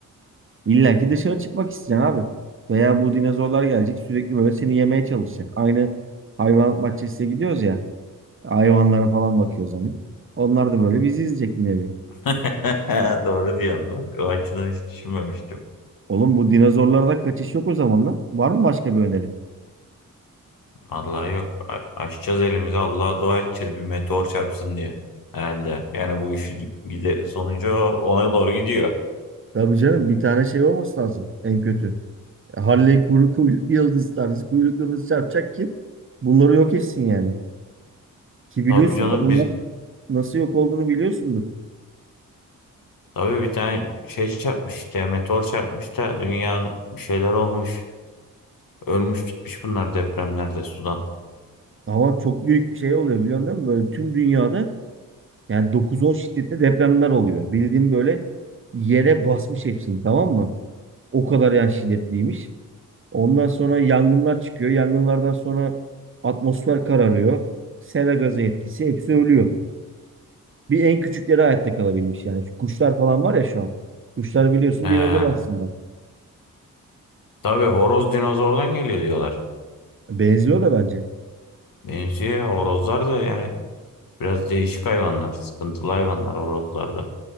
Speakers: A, on the right (about 35°); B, on the left (about 75°).
A: İlla ki dışarı çıkmak isteyeceksin abi. Veya bu dinozorlar gelecek sürekli böyle seni yemeye çalışacak. Aynı hayvan bahçesine gidiyoruz ya. Hayvanlara falan bakıyoruz hani. Onlar da böyle bizi izleyecek yine bir. nevi.
B: <laughs> Doğru diyorsun. Bak, o açıdan hiç düşünmemiştim.
A: Oğlum bu dinozorlarda kaçış yok o zaman lan. Var mı başka bir öneri?
B: Vallahi yok. A- Açacağız elimizi. Allah'a dua edeceğiz bir meteor çarpsın diye. Herhalde. Yani bu işi gide sonucu ona doğru gidiyor.
A: Tabii canım bir tane şey olması lazım en kötü. Halley kuru kuyruklu yıldız tarzı kuyruklu yıldız çarpacak ki bunları yok etsin yani. Ki biliyorsun
B: Tabii canım
A: da bunlar
B: biz
A: nasıl yok olduğunu biliyorsundur.
B: tabii bir tane şey çarpmış işte meteor çarpmış da dünya bir şeyler olmuş. Ölmüş gitmiş bunlar depremlerde sudan.
A: Ama çok büyük bir şey oluyor biliyorsun değil Böyle tüm dünyada yani 9-10 şiddetli depremler oluyor. Bildiğim böyle yere basmış hepsini tamam mı? O kadar yani şiddetliymiş. Ondan sonra yangınlar çıkıyor. Yangınlardan sonra atmosfer kararıyor. Sera gazı etkisi hepsi ölüyor. Bir en küçükleri hayatta kalabilmiş yani. Şu kuşlar falan var ya şu an. Kuşlar biliyorsun
B: He.
A: dinozor aslında.
B: Tabii horoz dinozordan geliyor diyorlar.
A: Benziyor da bence.
B: Benziyor horozlar da yani biraz değişik hayvanlar. Sıkıntılı hayvanlar horozlar da.